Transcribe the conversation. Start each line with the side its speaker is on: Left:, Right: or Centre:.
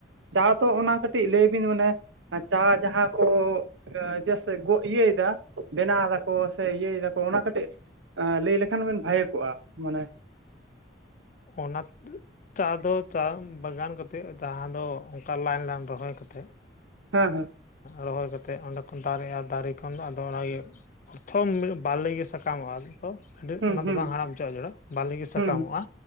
Right: ᱪᱟ ᱛᱚ ᱚᱱᱟ ᱠᱟᱹᱴᱤᱡ ᱞᱟᱹᱭ ᱵᱤᱱ ᱢᱟᱱᱮ ᱪᱟ ᱡᱟᱦᱟᱸ ᱠᱚ <inaudible> ᱤᱭᱟᱹ ᱫᱟ ᱵᱮᱱᱟᱣ ᱫᱟᱠᱚ ᱥᱮ ᱤᱭᱟᱹᱭ ᱫᱟ ᱚᱱᱟ ᱠᱟᱹᱴᱤᱡ ᱞᱟᱹᱭ ᱞᱮᱠᱷᱟᱱ ᱵᱤᱱ ᱵᱷᱟᱜᱮ ᱠᱚᱜᱼᱟ ᱢᱟᱱᱮ
Left: ᱚᱱᱟ ᱪᱟ ᱫᱚ ᱪᱟ ᱵᱟᱜᱟᱱ ᱠᱟᱛᱮᱫ ᱡᱟᱦᱟᱸ ᱫᱚ ᱚᱱᱠᱟ ᱞᱟᱭᱤᱱ ᱞᱟᱭᱤᱱ ᱨᱚᱦᱚᱭ ᱠᱟᱛᱮᱫ
Right: ᱦᱮᱸ ᱦᱮᱸ
Left: ᱨᱚᱦᱚᱭ ᱠᱟᱛᱮᱫ ᱚᱸᱰᱮ ᱠᱷᱚᱱ ᱫᱟᱨᱮᱜᱼᱟ ᱫᱟᱨᱮ ᱠᱷᱚᱱ ᱟᱫᱚ ᱚᱱᱟᱜᱤᱹ ᱯᱨᱚᱛᱷᱚᱢ ᱵᱟᱞᱮᱜ ᱜᱮ ᱥᱟᱠᱟᱢᱚᱜᱼᱟ ᱟᱫᱚ ᱟᱹᱰᱤ
Right: ᱦᱩᱸ
Left: ᱚᱱᱟ
Right: ᱦᱩᱸ
Left: ᱫᱚ ᱵᱟᱝ ᱦᱟᱲᱟᱢ <inaudible> ᱡᱚᱲᱟ ᱵᱟᱹᱞᱤ ᱜᱮ ᱥᱟᱠᱟᱢᱚᱜᱼᱟ
Right: ᱦᱩᱸ